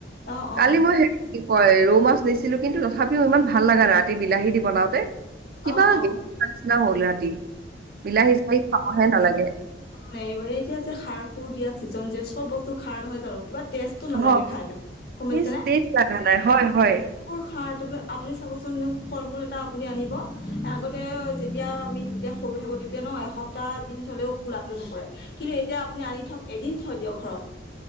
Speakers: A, on the left; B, on the right.
A: অ
B: কালি
A: অ
B: মই সে কি কৈ ৰ মাছ নিছিলো কিন্তু তথাপিও ইমান ভাল লগা ৰাতি বিলাহী দি বনাওঁতে কিবা।
A: অ অ
B: নিচনা হল ৰাতি বিলাহী চিলাহী খাবহে নালাগে।
A: নাই এইব এতিয়া যে সাৰ সুৰ দিয়া ছিজন যে চব বস্তু খাৰ নহয় জানো কিবা। টেষ্টটো
B: অ
A: নালাগে খাই পিনে গম
B: টেষ্ট
A: পাইছেনে।
B: টেষ্ট লগা নাই হয় হয়
A: কুৰ সাৰ তম আপুনি চাবচোন ফল মূল এটা আপুনি আনিব আগতে যেতিয়া আমি। যেতিয়া সৰু থাকো তেতিয়া ন এসপ্তাহ দিন থলেও কোলাতো নপৰে কিন্তু এতিয়া আপুনি আনি থওক এদিন থৈ দিয়ক। ঘৰত